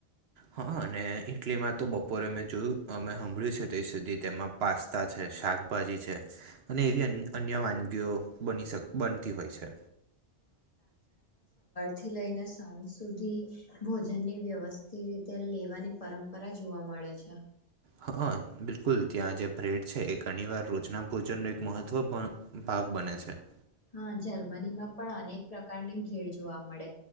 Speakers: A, on the right; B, on the left.
A: હા અને ઇટલીમાં તો બપોરે મેં જોયું અમે સાંભળ્યું છે ત્યા સુધી તેમાં પાસ છે શાકભાજી છે અને એવી અન્ય વાનગીઓ બની બનતી હોય છે
B: થી લઈને સાંજ સુધી ભોજનની વ્યવસ્થિત રીતે લેવાની પરંપરા જોવા મળે છે
A: હ બિલકુલ ત્યાં જે ભ્રેડ છે એ ઘણીવાર રોજના ભોજનનો એક મહત્વપૂર્ણ ભાગ બને છે
B: હા જર્મનીમાં પણ અનેક પ્રકારની ભીડ જોવા મળે